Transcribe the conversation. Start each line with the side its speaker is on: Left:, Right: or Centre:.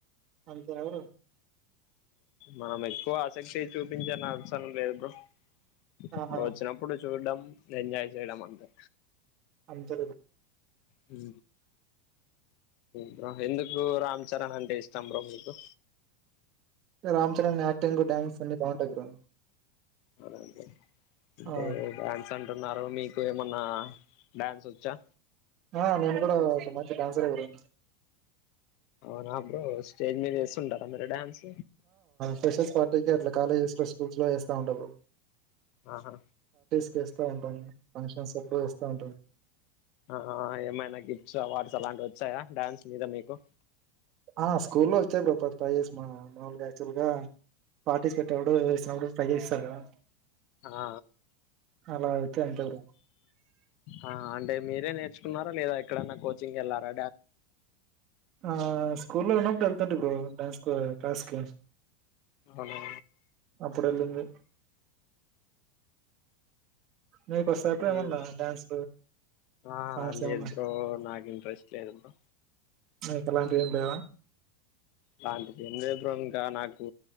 Right: అంతే ఎరు
Left: మామ ఎ ఆసక్తి చూపించని అవసరం లేదు బ్రో ఇ
Right: ఆహా
Left: వచ్చినప్పుడు చూడ్డం ఎజాయ్ చేయడం అంతే
Right: అంతే
Left: హ బ్రో ఎందుకు రామ్ చరణ్ అంటే ఇష్టం బ్రో మీకు
Right: రామ్ చరణ్ యాక్టింగ్ డ్యాన్స్ అన్ని బాగుంటాయి బ్రో
Left: అదే అదే
Right: ఆ
Left: డాన్స్ అంటే అన్నారు మీకు ఏమన్నా డ్యాన్స్ వచ్చా
Right: ఆ నేను కూడాడా సమాచ డాన్సర్ ఏ బ్రో
Left: అవునా బ్రో స్టేజ్ మీద వేస్తుంటారా మీరు డ్యాన్స్
Right: స్షస్ పార్టీకి అట్లా కాలేజెస్ లో స్కూల్స్ లో వేస్తా ఉంటప్పుడు
Left: ఆహా
Right: ేస్తా ఉంటాం ఫంక్షన్స్ ఇేస్తా ఉంటాం
Left: ఆ ఏమైనా గిఫట్స్ అవార్డ్స్ అలాంటి వచ్చ వచ్చాయా డ్యాన్స్ మీద మీకు
Right: ఆ స్కూల్లో వచ్చాయి బ ట్రై చే మా మామూలుగా యాక్చువల్ గా పార్టిసిపేట్ అడు వేినప్పుడు ట్రై చేస్తారు కదా
Left: ఆ
Right: అలా వచ్చాయి అంతే బ్రో
Left: ఆ అంటేరే నేర్చున్నారా లేదా ఎక్కడైనా కోచింగ్ వెళ్లారా
Right: ఆ స్కూల్ లో ఉన్నప్పుడు వెళ్తుంటా బ్రో డ్యాన్స్ క్లాస్ కి
Left: అవునా..
Right: అప్పుడు వెళ్ళింది మీకు వస్తాయా
Left: లేవు
Right: ఏమన్నా డాన్స్
Left: ఆ
Right: సాంగ్స్
Left: లేదు
Right: ఏమన్నా
Left: బ్రో నాకు ఇంట్రెస్ట్ లేదు బ్రో
Right: నీకు అలాంటివి ఏం లేవా
Left: అలాంటిది ఏం లేదు బ్రో ఇంకా నాకు